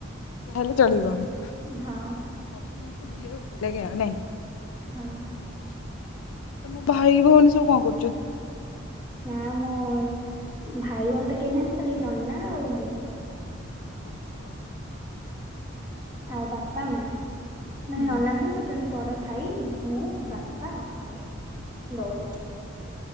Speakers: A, on the left; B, on the right.
A: ଯାହାହେଲେ ଚଳିବ, ସବୁ
B: ହଁ
A: ଜିନିଷ ବୁଲିବାକୁ ଭଲ୍ ଲାଗେ ଆଉ ନାଇଁ।
B: ହଁ।
A: ତମ ଭାଇ ଭଉଣି ସବୁ କଣ କରୁଚନ୍ତି?
B: ନାଁ ମୋ ଭାଇ ଭଉଣୀ ତ କେହି ନାହାନ୍ତି ଖାଲି ନନା ଆଉ ମୁଁ।
A: ଓହୋ
B: ଆଉ ବାପା ମା, ମାନେ
A: ହୁଁ
B: ନନା ମାନେ ମୋର ଜଣେ ବଡ ଭାଇ ମୁଁ,
A: ହଁ
B: ବାପା, ଆଉ ବୋଉ।